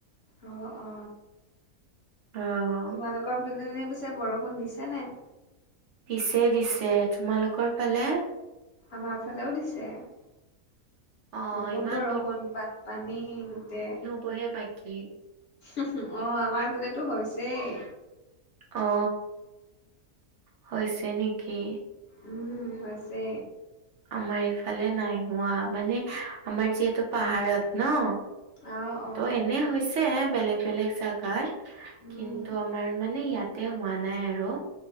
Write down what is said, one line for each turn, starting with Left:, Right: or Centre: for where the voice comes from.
Left: অ অ,
Right: অ,
Left: তোমালোকৰ পীনে পিছে বৰষুণ দিছে নে
Right: দিছে দিছে তোমালোকৰ ফালে?
Left: আমাৰ ফালেও দিছে।
Right: অ',
Left: বহুত
Right: ইমান
Left: বৰষুণ বানপানী গোটেই।
Right: পঢ়ীয়া পাকি
Left: অ আমাৰ ফালতো হৈছেই।
Right: অ হৈছে নেকি।
Left: উম, হৈছে
Right: আমাৰ ইফালে নাই হোৱা মানে আমাৰ যিহেতু পাহাৰত ন।
Left: অ অ,
Right: ত এনে হৈছে বেলেগ বেলেগ জাগাত
Left: উম
Right: কিন্তু আমাৰ মানে ইয়াত। তেতিয়া হোৱা নাই আৰু